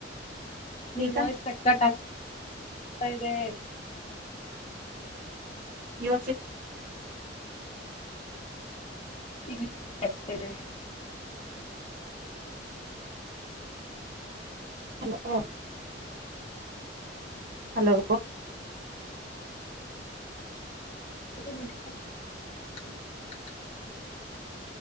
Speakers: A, on the left; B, on the right.
A: ನಿಮ್
B: ಈಗ
A: ವಾಯ್ಸ್ ಕಟ್ ಕಟ್ ಆಗ್ತ ಕಾಯರೆ
B: ಯೋ
A: ಈಗ್ಲಿತಾರೆ
B: ಹಲೋ ಹಲೋ
A: ಚ